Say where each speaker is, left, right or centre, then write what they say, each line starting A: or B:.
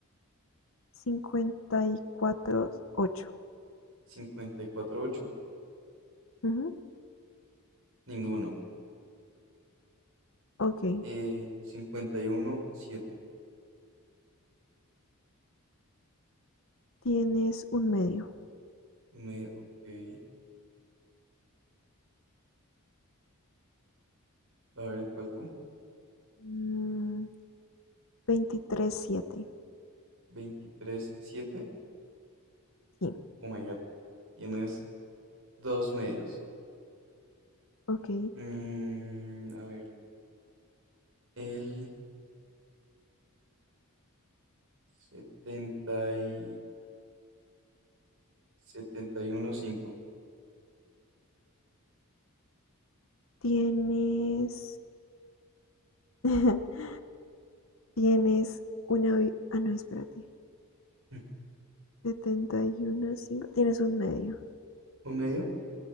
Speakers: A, on the left; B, on the right.
A: 54 ocho,
B: 54-8.
A: ujú,
B: Ninguno.
A: Ok,
B: Eh, 51-7.
A: Tienes un medio.
B: Un medio. Ok. A ver, ¿cuál tú?
A: Mm, 23-7.
B: 23-7.
A: Sí,
B: Oh my God. Tienes dos medios.
A: ok.
B: Mm, a ver, el 70 y setenta y uno punto cinco
A: Tienes. <laughs> Tienes una. Ah, no, espérate.
B: <laughs>
A: setenta y uno cinco. Tienes un medio.
B: ¿Un medio?